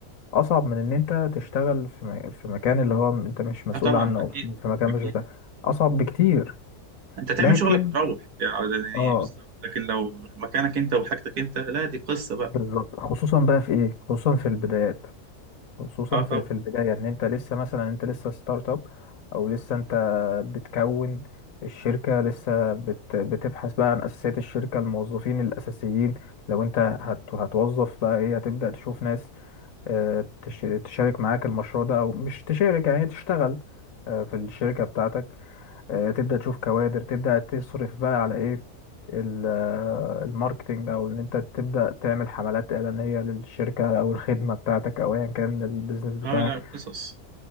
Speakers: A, on the left; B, on the right.
A: اصعب من ان انت تشتغل في م- في مكان اللي هو انت مش مسؤول
B: أه طبعا
A: عنه او
B: أكيد
A: في مكان
B: أكيد
A: مش بتاعك اصعب بكتير
B: أنت تعمل
A: لكن
B: شغلك وتروح يعني
A: اه
B: بالظبط لكن لو مكانك أنت وحاجتك أنت لا دي قصة بقى
A: بالظبط خصوصا بقى في ايه خصوصا في البدايات خصوصا
B: أه
A: في
B: طبعا
A: في البداية ان انت لسه مثلا انت لسه ستارت اب او لسه انت بتكون الشركة لسه بت بتبحث بقى عن اساسيات الشركة الموظفين الاساسيين لو انت هت هتوظف بقى ايه هتبدأ تشوف ناس آه، تش- تشارك معاك المشروع ده او مش تشارك يعني تشتغل آه، في الشركة بتاعتك آه، تبدأ تشوف كوادر تبدأ تصرف بقى على ايه ال- آه، الماركتينج او ان انت تبدأ تعمل حملات إعلانية للشركة او الخدمة بتاعتك او ايا كان البيزنس بتاعك
B: أه لا قصص